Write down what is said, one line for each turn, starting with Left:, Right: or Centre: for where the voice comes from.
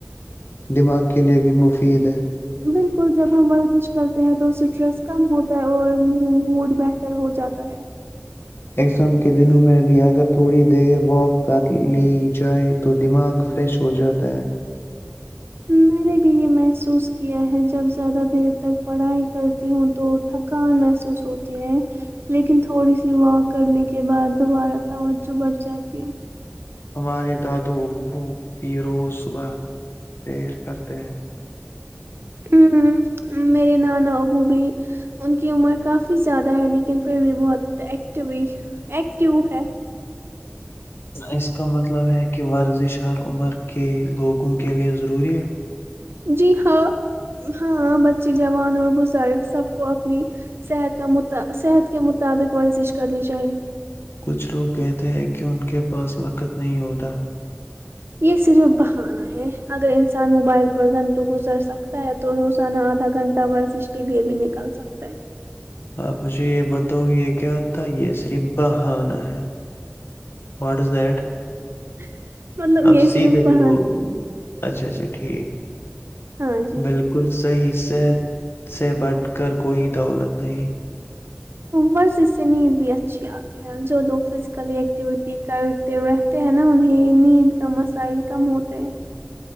Left: دماغ کے لیے بھی مفید ہے
Right: بالکل جب ہم ورزش کرتے ہیں تو اسٹریس کم ہوتا ہے اور موڈ بہتر ہو جاتا ہے
Left: ایگزام کے دنوں میں بھی اگر تھوڑی دیر واک کر لی جائے تو دماغ فریش ہو جاتا ہے
Right: میں نے بھی یہ محسوس کیا ہے جب زیادہ دیر تک پڑھائی کرتی ہوں تو تھکان محسوس ہوتی ہے لیکن تھوڑی سی واک کرنے کے بعد دوبارہ توجہ بٹھ جاتی ہے
Left: ہمارے دادو ابو پیر روز صبح سیر کرتے ہیں
Right: ہ ہ میرے نانا ابو بھی ان کی عمر کافی زیادہ ہے لیکن پھر بھی بہت ایکٹیوی ایکٹیو ہے
Left: اس کا مطلب ہے کہ ورزش ہر عمر کے لوگوں کے لیے ضروری ہے
Right: جی ہاں ہاں بچے جوان اور بزرگ سب کو اپنی صحت کا م صحت کے مطابق ورزش کرنی چاہیے
Left: کچھ لوگ کہتے ہیں کہ ان کے پاس وقت نہیں ہوتا
Right: یہ صرف بہانا ہے اگر انسان موبائل پر گھنٹوں گزر سکتا ہے تو روزانہ آدھا گھنٹہ ورزش کے لے بھی نکال سکتا ہے
Left: آپ مجھے یہ بتاؤ یہ کیا تھا یہ صرف بہانا ہے واٹ از دیٹ
Right: <unintelligible>
Left: اب
Right: یہ
Left: سیدھےب
Right: صرف بہان
Left: وہ اچھا اچھا ٹھیک
Right: ہاں جی
Left: بالکل صحیح صحت سے بٹ کر کوئی دولت نہیں
Right: ور اس سے نیند بھی اچھی آتی ہے جو لوگ فزیکل ایکٹیویٹی کرتے رہتے ہیں نا انہیں نیند کا مسائل کم ہوتے